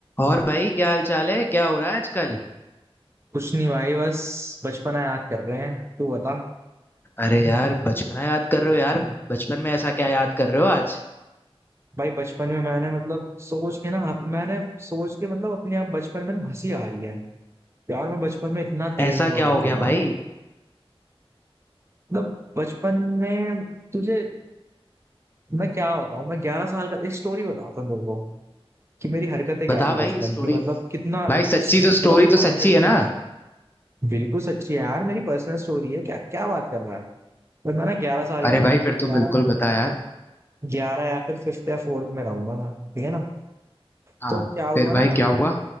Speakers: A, on the left (about 20°); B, on the right (about 25°).
A: और भाई क्या हाल चाल है क्या हो रहा है आजकल
B: कुछ नहीं भाई बस बचपना याद कर रहे हैं तू बता
A: अरे यार बचपना याद कर रहे
B: <laughs>
A: हो यार बचपन में ऐसा क्या याद कर रहे हो आज
B: भाई बचपन में मैंने मतलब सोच के ना मैंने सोच के मतलब अपने आप बचपन में ना हंसी आ रही है यार मैं बचपन में इतना तेज
A: ऐसा
B: हुआ
A: क्या हो
B: करता
A: गया
B: था
A: भाई
B: मतलब बचपन में तुझे मैं क्या बताऊं मैं ग्यारह साल का एक स्टोरी बताता हूँ तुमको कि मेरी हरकतें क्या
A: बता
B: थी
A: भाई
B: बचपन
A: स्टोरी
B: की मतलब कितना
A: भाई सच्ची तो स्टोरी
B: ब्रॉड
A: तो
B: माइंडेड
A: सच्ची है
B: मतलब
A: ना
B: बिल्कुल सच्ची है यार मेरी पर्सनल स्टोरी है क्या क्या बात कर रहा है पर मैं ना ग्यारह साल
A: अरे
B: का था
A: भाई
B: ठीक है
A: फिर
B: ना ग्यारह
A: तो बिल्कुल बता यार
B: ग्यारह या फिर फिफ्थ या फोर्थ में रहूंगा मैं ठीक है ना
A: हाँ
B: तो क्या हुआ
A: फिर भाई
B: ना
A: क्या हुआ